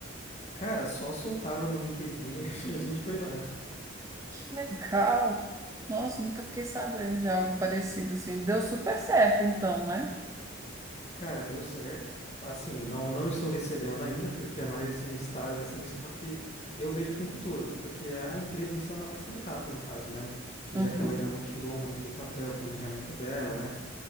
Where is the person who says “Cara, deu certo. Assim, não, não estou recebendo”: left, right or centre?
Left